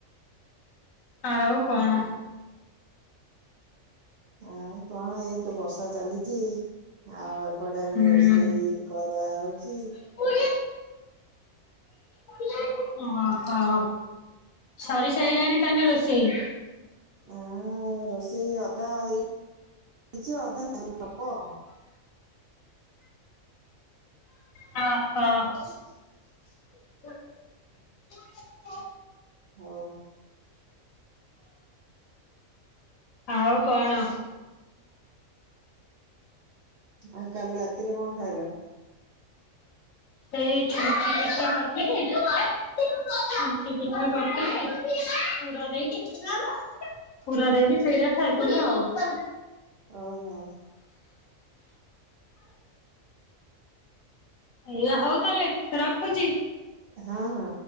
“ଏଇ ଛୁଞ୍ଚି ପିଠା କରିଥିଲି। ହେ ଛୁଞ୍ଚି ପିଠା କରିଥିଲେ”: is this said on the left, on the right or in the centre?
Left